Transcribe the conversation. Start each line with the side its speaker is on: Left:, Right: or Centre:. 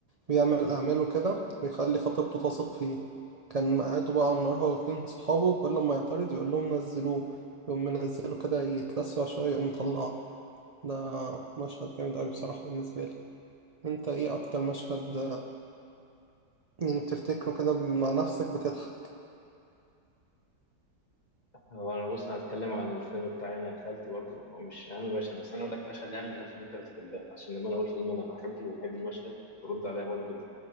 Right: بيعمل أعماله كده ويخلي خطيبته تثق فيه كان قاعده بقى على النار هو واتنين صحابه وكل ما يعترض يقول لهم نزلوه يقوم منزله كده يتلسع شوية يقوم مطلعه ده مشهد جامد أوي بصراحة بالنسبة لي انت ايه اكتر مشهد يعني بتفتكره كده مع نفسك بتضحك
Left: هو انا بص هتكلم عن الفيلم بتاعي انا يا خالتي برضو هو مش اهم مشهد بس انا اقول لك مشهد يعني من الافلام اللي انت بتحبها عشان لما انا اقول فيلم انا بحبه وبحب المشهد ترد عليا برضو